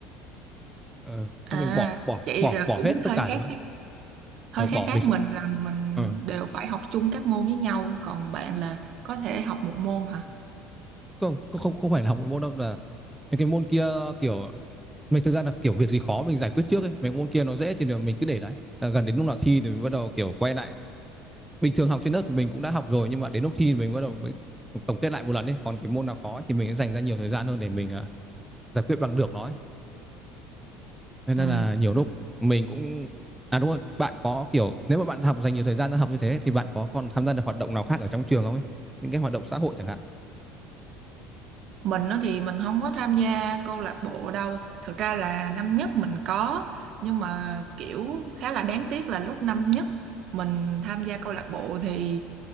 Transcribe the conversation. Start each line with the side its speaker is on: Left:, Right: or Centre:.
Centre: ờ,
Right: à
Centre: xong mình bỏ bỏ
Right: vậy
Centre: bỏ
Right: là
Centre: bỏ
Right: cũng
Centre: hết tất
Right: hơi
Centre: cả
Right: khác
Centre: rồi
Right: khác hơi
Centre: Ờ, bỏ
Right: khác khác
Centre: mình sẽ
Right: mình là mình
Centre: ờ,
Right: đều phải học chung các môn với nhau còn bạn là có thể học một môn hả
Centre: không không không phải là học một môn đâu là những cái môn kia kiểu mình thực ra là kiểu việc gì khó mình giải quyết trước ấy mấy môn kia nó dễ thì mình cứ để đấy Là gần đến lúc nào thi thì mình bắt đầu kiểu quay lại bình thường học trên lớp thì mình cũng đã học rồi nhưng mà đến lúc thi thì mình bắt đầu mới tổng kết lại một lần ấy còn cái môn nào khó ấy thì mình sẽ dành ra nhiều thời gian hơn để mình à, giải quyết bằng được nó ấy. Thế nên
Right: Ừ.
Centre: là nhiều lúc mình cũng à đúng rồi, bạn có kiểu nếu mà bạn học dành nhiều thời gian ra học như thế thì bạn có còn tham gia được hoạt động nào khác ở trong trường không ấy? Những cái hoạt động xã hội chẳng hạn.
Right: Mình á thì mình không có tham gia câu lạc bộ đâu. Thực ra là năm nhất mình có, nhưng mà kiểu khá là đáng tiếc là lúc năm nhất mình tham gia câu lạc bộ thì